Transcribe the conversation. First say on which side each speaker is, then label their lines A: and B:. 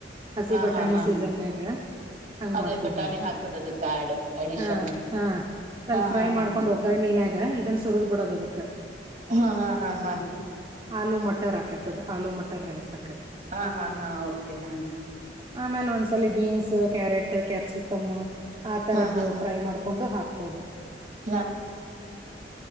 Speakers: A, on the right (about 30°); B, on the right (about 45°).
A: ಹಸಿ
B: ಹಾ
A: ಬಟಾಣಿ
B: ಹಾ ಹಾ
A: ಸೀಸನ್ಯಾಗ ಹಂಗ್
B: ಅದೇ
A: ಮಾಡ್ಕೋಬೋದು
B: ಬಟಾಣಿ ಹಾಕದ ಅದಕ್ಕೆ ಆಡ್ ಅಡಿಷನ್
A: ಹಾ ಹಾ ಸ್ವಲ್ಪ
B: ಹಾ
A: ಫ್ರೈ
B: ಹಾ ಹಾ
A: ಮಾಡ್ಕೊಂಡ್ ಒಗ್ಗರಣನ್ಯಾಗ ಇದನ್ನ ಸುರದ್ ಬಿಡೋದು ಅದಕ್ಕ.
B: ಹಾ ಹಾ ಹಾ ಹಾ
A: ಆಲೂ ಮಟರ್ ಅಕ್ಕತಿ ಆಲೂ ಮಟ್ ರ್ ರೈಸ್ ಹ
B: ಹಾ ಹಾ ಹಾ ಓಕೆ ಹಾ ಹಾ.
A: ಆಮೇಲೆ ಒಂದ್ಸಲ ಬೀನ್ಸ್ ಕ್ಯಾರೆಟ್ ಕ್ಯಾಪ್ಸಿಕಮ್. ಆತರದ್ದು
B: ಹಾ ಹಾ ಹಾ
A: ಫ್ರೈ ಮಾಡ್ಕೊಂಡು ಹಾಕ್ಬೋದು.
B: ನಾ